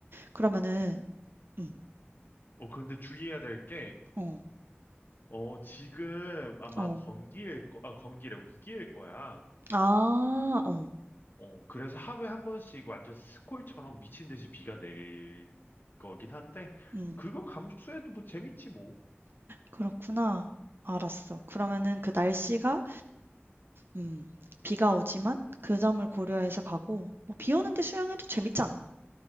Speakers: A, on the right (about 60°); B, on the left (about 50°).
A: 그러면은 음.
B: 어, 근데 주의해야 될게
A: 어.
B: 어, 지금 아마
A: 어.
B: 건기일 거, 아, 건기래, 우기일 거야.
A: 아. 어.
B: 어, 그래서 하루에 한 번씩 완전 스콜처럼 미친 듯이 비가 내릴 거긴 한데,
A: 음.
B: 그거 감수해도 뭐 재밌지 뭐.
A: 그렇구나. 알았어. 그러면은 그 날씨가 음. 비가 오지만 그 점을 고려해서 가고 뭐 비 오는데 수영해도 재밌잖아.